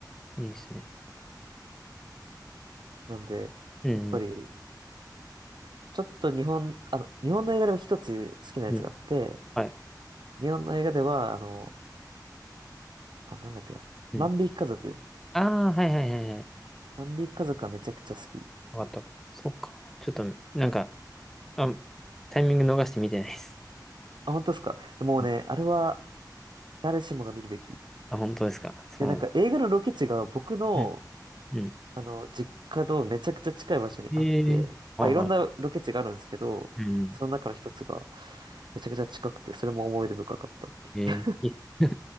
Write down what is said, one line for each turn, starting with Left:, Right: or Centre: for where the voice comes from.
Centre: んいいですね。
Right: なんで、
Centre: うん。
Right: やっぱり、ちょっと日本、あの、日本の映画でも一つ好きなやつがあって、
Centre: うん。はい。
Right: 日本の映画では、あの、あ、なんだっけな、
Centre: うん。
Right: 万引き家族。
Centre: ああ、はいはいはいはい。
Right: 万引き家族はめちゃくちゃ好き。
Centre: わかった。そっか。ちょっと、なんか、あ、タイミング逃して見てないです。
Right: あ、本当ですか。もうね、
Centre: うん
Right: あれは誰しもが見るべき。
Centre: あ、本当ですか。そうなんだ。
Right: で、なんか映画のロケ地が僕の、
Centre: うん。うん。
Right: あの、実家とめちゃくちゃ近い場所にあって、
Centre: ええあ、
Right: まあ、
Centre: はい。
Right: いろんなロケ地があるんですけど、
Centre: うん。
Right: その中の一つがめちゃくちゃ近くて、それも思い出深かったっていう。
Centre: ええい <laughs>